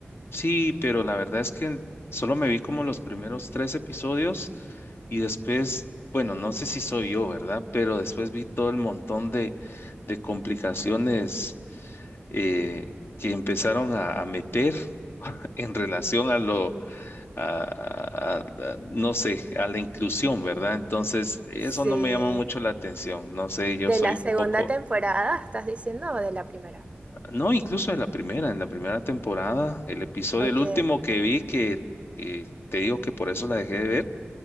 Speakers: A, on the left; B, on the right.
A: Sí, pero la verdad es que solo me vi como los primeros tres episodios y después, bueno, no sé si soy yo, ¿verdad? Pero después vi todo el montón de, de complicaciones eh, que empezaron a, a meter <laughs> en relación a lo, a, a- a- no sé, a la inclusión, ¿verdad? Entonces, eso
B: Sí.
A: no me llama mucho la atención. No sé, yo
B: ¿De
A: soy
B: la segunda
A: un poco...
B: temporada estás diciendo o de la primera?
A: No, incluso en la primera, en la primera temporada, el episodio,
B: Ok.
A: el último que vi que, que te digo que por eso la dejé de ver,